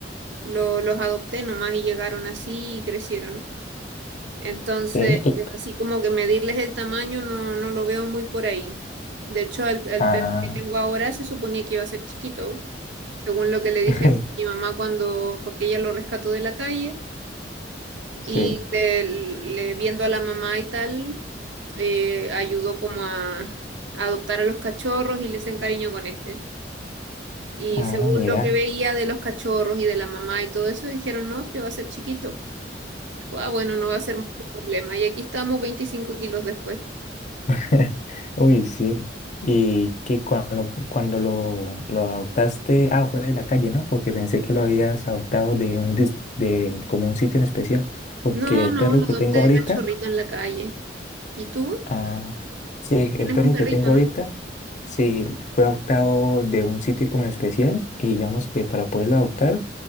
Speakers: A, on the right (about 85°); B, on the left (about 40°).
A: lo- los adopté nomás y llegaron así y crecieron. Entonces,
B: Sí, y-
A: así como que medirles el tamaño no, no lo veo muy por ahí. De hecho, el, el
B: ah,
A: perro que tengo ahora se suponía que iba a ser chiquito, según lo que le dije
B: <laughs>
A: a mi mamá cuando, porque ella lo rescató de la calle
B: sí,
A: y le, le- viendo a la mamá y tal, eh, ayudó como a, a adoptar a los cachorros y les encariñó con este. Y
B: ah,
A: según
B: mira.
A: lo que veía de los cachorros y de la mamá y todo eso, dijeron, no, que va a ser chiquito. Ah, bueno, no va a ser mucho problema. Y aquí estamos 25 kilos después.
B: <laughs> Uy, sí. Y que cuando, cuando lo, lo adoptaste, ah, fue de la calle, ¿no? Porque pensé que lo habías adoptado de un dis- de como un sitio en especial. Porque
A: No,
B: el
A: no,
B: perro
A: lo
B: que
A: adopté
B: tengo ahorita
A: de cachorrito en la calle. ¿Y tú?
B: Ah, sí,
A: Tienes
B: el perro
A: un perrito,
B: que tengo
A: ¿no?
B: ahorita, sí, fue adoptado de un sitio como especial y digamos que para poderlo adoptar